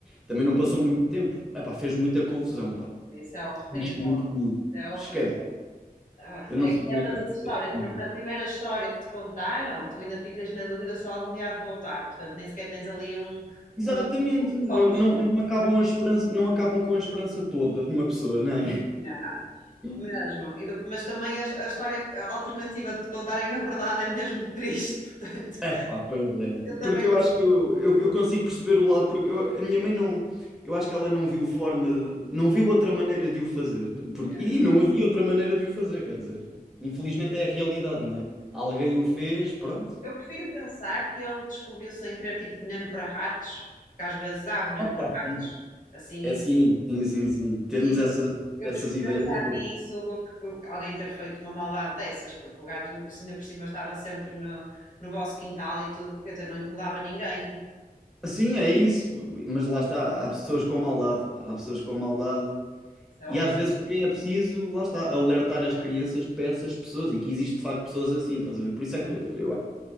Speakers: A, in the centre; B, on the left (about 55°).
A: também não passou muito tempo. Epá, fez muita confusão, pá.
B: isso é horrível.
A: Mas muito comigo.
B: É horrível.
A: Esquece.
B: Ah,
A: Eu não
B: É
A: sei
B: que é
A: como
B: ambas
A: é que é
B: as histórias,
A: possível.
B: porque na primeira história que te contaram, tu ainda ficas na dúvida se algum dia há de voltar, portanto nem sequer tens ali um,
A: Exatamente,
B: um
A: não,
B: close,
A: não, não acabam a esperança, não acabam com a esperança toda de uma pessoa, não é?
B: né?
A: <laughs>
B: mesmo. E de- mas também a, a história alternativa de te contarem a verdade é mesmo triste, <laughs> portanto
A: É pá, pois é.
B: eu também
A: Porque eu
B: percebo.
A: acho que eu, eu, eu consigo perceber o lado, porque eu- a minha mãe não. Eu acho que ela não viu forma. de- não viu outra maneira de o fazer. Porque,
B: é,
A: e não havia outra maneira de o fazer, quer dizer. Infelizmente é a realidade, não é? Alguém o fez, pronto.
B: Eu prefiro pensar que ele descobriu sem querer tipo veneno para ratos, que às vezes há veneno
A: Opa,
B: para ratos,
A: sim.
B: assim,
A: É
B: isso.
A: sim, sim, sim, sim. Termos
B: E
A: essas,
B: eu
A: essas
B: prefiro
A: ideias
B: pensar
A: é bom.
B: nisso do que alguém ter feito uma maldade dessas, porque o gato, se ainda por cima estava sempre no, no vosso quintal e tudo, quer dizer, não incomodava ninguém.
A: Sim, é isso. Mas lá está, há pessoas com maldade, pá. Há pessoas com maldade
B: Isso é
A: E
B: horrível,
A: às vezes também é preciso, lá está, alertar as crianças para essas pessoas e que existe de facto pessoas assim, estás a ver? Por isso
B: sem
A: é que eu,
B: dúvida.